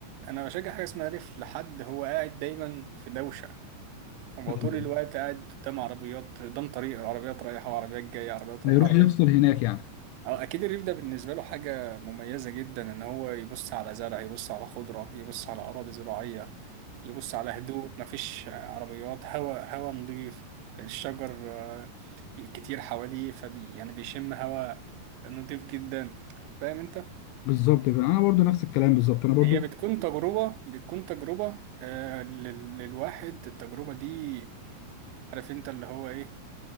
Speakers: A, on the right (about 85°); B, on the left (about 85°).
A: انا بشجع حاجه اسمها ريف لحد هو قاعد دايما في دوشه هو
B: ايوه
A: طول الوقت قاعد قدام عربيات قدام طريق العربيات رايحه وعربيات جايه عربيات
B: ما
A: رايحه
B: يروح
A: وعربيات
B: يفصل هناك يعني
A: اه اكيد الريف ده بالنسبه له حاجه مميزه جدا ان هو يبص على زرع يبص على خضره يبص على اراضي زراعيه يبص على هدوء مفيش عربيات هواء هواء نظيف الشجر آه، كتير حواليه فبي يعني بيشم هواء نظيف جدا فاهم انت
B: بالظبط انا برضو نفس الكلام بالظبط انا برضو
A: هي بتكون تجربه بتكون تجربه آه، لل- للواحد التجربه دي عارف انت اللي هو ايه